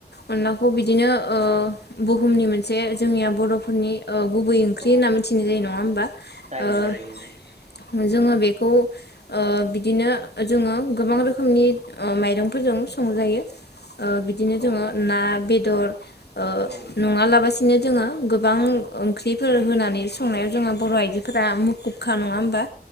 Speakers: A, on the left; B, on the right.
A: अनलाखौ बिदिनो ओ बुहुमनि मोनसे जोंनिया बर'फोरनि ओ गुबै ओंख्रि
B: औ
A: होनना मिथिनाय जायो नङा होमबा।
B: जायो
A: ओ
B: जायो
A: जोङो बेखौ ओ बिदिनो जोङो गोबां रोखोमनि ओ माइ रंफोरजोंबो संजायो ओ बिदिनो
B: औ
A: जोङो ना, बेदर ओ
B: औ
A: नङालाबासिनो जोङो गोबां ओंख्रिफोर होनानै संनायाव जोंहा बर' आइजोफोरा मुखुबखा नङा होमबा।